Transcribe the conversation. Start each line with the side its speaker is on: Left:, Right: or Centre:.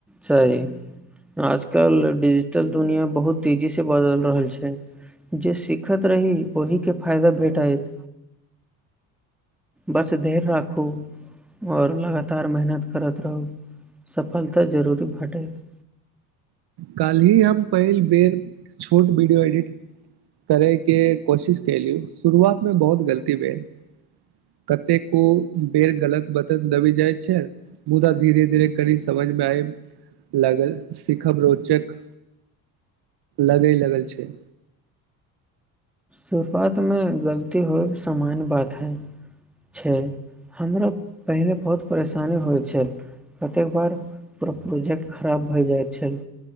Centre: चाही आजकल डिजिटल दुनिया बहुत तेजी से बदल रहल छै जे सिखैत रही ओहि के फायदा भेटाइत बस धैर्य राखू आओर लगातार मेहनत करैत रहू सफलता जरूरी भेटत
Right: कालिह हम पहिल बेर छोट वीडियो एडिट करैके कोशिश केलहूँ शुरुआत मे बहुत गलती भेल कतेेको बेर गलत बटन दबी जाइ छै मुदा धीरे धीरे कनि समझमे आयब लागल सीखब रोचक लगे लगल छै
Centre: शुरुआतमे गलती होयके सामान्य बात हइ छै हमरा पहिले बहुत परेशानी होइ छल कतेक बार पूरा प्रोजेक्ट खराब भय जाइ छल